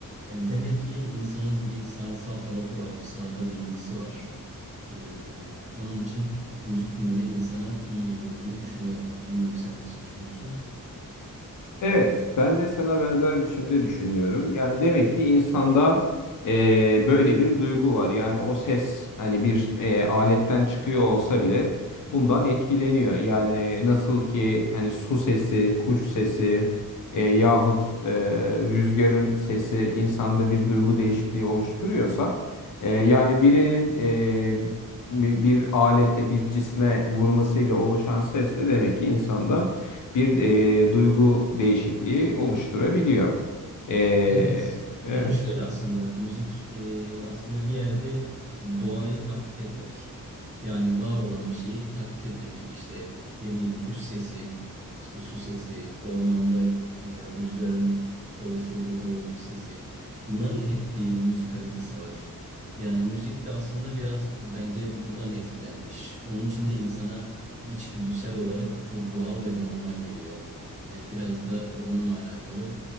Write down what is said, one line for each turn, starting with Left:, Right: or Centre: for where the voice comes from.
Right: E, demek ki insanın bir sanatsal tarafı var. Sanata bir ilgisi var. E, onun için müzik dinlemek insana iyi geliyor diye düşünüyorum. Bilmiyorum sen nasıl düşünüyorsun?
Left: Evet, ben de sana benzer biçimde düşünüyorum. Yani demek ki insanda e, böyle bir duygu var. Yani o ses hani bir e, aletten çıkıyor olsa bile bundan etkileniyor. Yani nasıl ki hani su sesi, kuş sesi e, yahut e, rüzgarın sesi insanda bir duygu değişikliği oluşturuyorsa e, yani birinin e, bir alete, bir cisme vurmasıyla oluşan ses de demek ki insanda bir e, duygu değişikliği oluşturabiliyor. E,
Right: Evet.
Left: evet.
Right: Yani şöyle aslında müzik e, aslında bir yerde doğayı taklit etmek. Yani var olan bir şeyi taklit etmek gibi işte ne bileyim kuş sesi, işte su sesi, ormanda mesela rüzgarın oluşturduğu uğultu sesi. Bunların da hep bir müzik kalitesi var. Yani müzik de aslında biraz e, bence buradan etkilenmiş. Onun için de insana içgüdüsel olarak çok doğal ve normal geliyor. Yani biraz da bununla alakalı